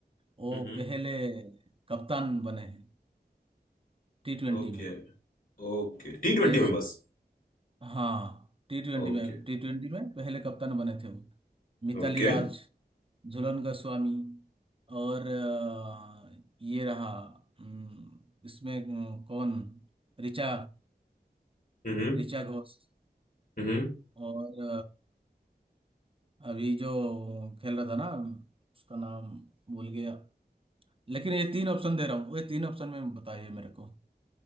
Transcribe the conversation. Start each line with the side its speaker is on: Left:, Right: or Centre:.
Right: वो
Left: हम्म
Right: पहले कप्तान बने हैं टी ट्वेंटी
Left: ओके
Right: में
Left: ओके टी ट्वेंटी
Right: जैसे
Left: में बस
Right: हाँ टी ट्वेंटी
Left: Okay
Right: में टी ट्वेंटी में पहले कप्तान बने थे वो मिताली
Left: okay
Right: राज झूलन गोस्वामी और अ, ये रहा अम, इसमें अम, कौन ऋचा
Left: हम्म
Right: ऋचा घोष
Left: हम्म
Right: और अभी जो खेल रहा था ना उसका नाम भूल गया लेकिन ये तीन ऑप्शन दे रहा हूँ ये तीन ऑप्शन में बताइए मेरे को